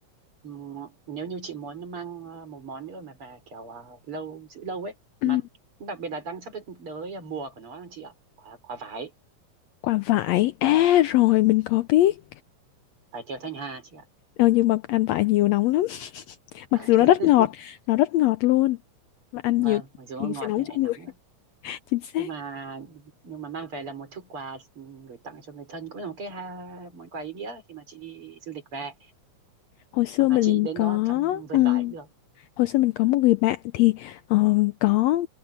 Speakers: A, on the right; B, on the left.
A: Ừm, nếu như chị muốn mang ờ, một món nữa mà về kiểu ờ, lâu giữ lâu ấy
B: ừ,
A: mà đặc biệt là đang sắp tới là mùa của nó chị ạ quả quả vải
B: quả vải à rồi mình có biết
A: vải thiều Thanh Hà chị ạ
B: Ờ, nhưng mà ăn vải nhiều nóng lắm <laughs> mặc
A: <laughs>
B: dù nó rất ngọt nó rất ngọt luôn mà ăn
A: vâng
B: nhiều
A: mặc dù
B: thì
A: nó ngọt
B: sẽ nóng
A: nhưng lại
B: trong
A: nóng
B: người
A: ạ
B: <laughs> chính xác
A: nhưng mà nhưng mà mang về là một thứ quà gửi tặng cho người thân cũng là một cái ha, món quà ý nghĩa khi mà chị đi du lịch về
B: hồi xưa
A: hoặc
B: mình
A: là chị đến
B: có
A: đó thăm vườn
B: ừm,
A: vải cũng được
B: hồi xưa mình có một người bạn thì ờ, có